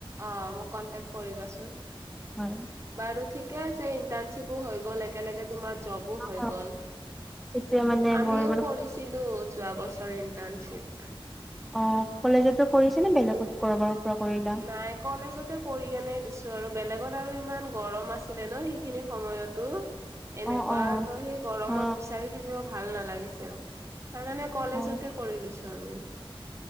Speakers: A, on the right; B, in the centre.
A: অ, মোক কণ্টেক্ট কৰিবাচোন।
B: হয়,
A: বাৰু ঠিকে আছে ইণ্টাৰ্ণশ্বিপো হৈ গ'ল একেলগে তোমাৰ জবো হৈ
B: অ
A: গ'ল।
B: এতিয়া মানে
A: আমিও
B: মোৰ মানে
A: কৰিছিলো যোৱা বছৰ ইন্টাৰ্ণশ্বিপ।
B: অ, কলেজতো কৰিছে নে বেলেগত কৰবাৰ পৰা কৰিলা?
A: নাই কলেজতে কৰি কেনে দিছোঁ আৰু বেলেগত আৰু ইমান গৰম আছিলে ন সেইখিনি সময়ত। ত' এনেকুৱা
B: অ অ
A: ত সেই গৰমত
B: অ
A: বিচাৰি থাকিব ভাল নালাগিছিল। তাৰ কাৰণে কলেজতে
B: অ
A: কৰি লৈছোঁ আৰু।